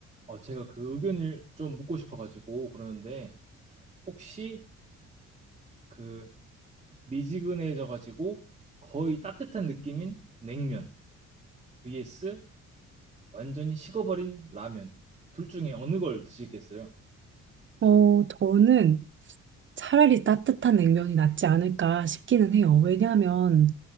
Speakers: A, on the right; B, on the right.
A: 어, 제가 그 의견을 좀 묻고 싶어가지고 그러는데 혹시 그 미지근해져가지고 거의 따뜻한 느낌인 냉면 vs 완전히 식어버린 라면 둘 중에 어느 걸 드시겠어요?
B: 어, 저는 차라리 따뜻한 냉면이 낫지 않을까 싶기는 해요. 왜냐하면